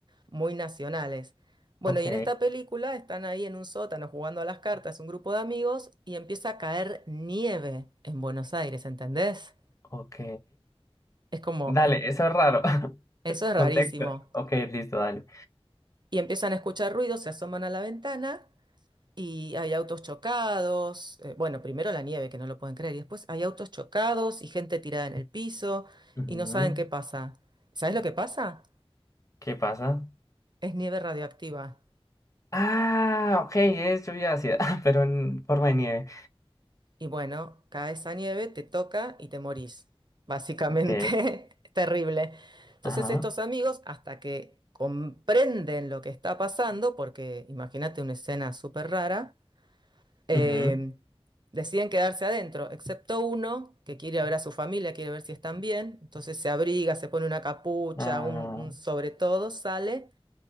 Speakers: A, on the right (about 45°); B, on the left (about 30°).
A: muy nacionales. Bueno,
B: Ok,
A: y en esta película están ahí en un sótano jugando a las cartas un grupo de amigos y empieza a caer nieve en Buenos Aires, ¿entendés?
B: ok.
A: Es como,
B: Dale,
A: in-
B: eso es raro. <laughs>
A: eso es rarísimo.
B: Contexto. Ok, listo, dale.
A: Y empiezan a escuchar ruidos, se asoman a la ventana y hay autos chocados. eh, bueno, primero la nieve, que no lo pueden creer, y después hay autos chocados y gente tirada en el piso
B: Ujú,
A: y no saben qué pasa. ¿Sabés lo que pasa?
B: ¿Qué pasa?
A: Es nieve radioactiva.
B: Ah, ok, es lluvia ácida, <laughs> pero en forma de nieve.
A: Y bueno, cae esa nieve, te toca y te morís. Básicamente,
B: Ok.
A: <laughs> es terrible. Entonces
B: Ajá.
A: estos amigos, hasta que comprenden lo que está pasando, porque imagínate una escena súper rara, eh,
B: ujú,
A: deciden quedarse adentro, excepto uno que quiere ver a su familia, quiere ver si están bien. Entonces se abriga, se pone una capucha,
B: ah,
A: un, un sobre todo, sale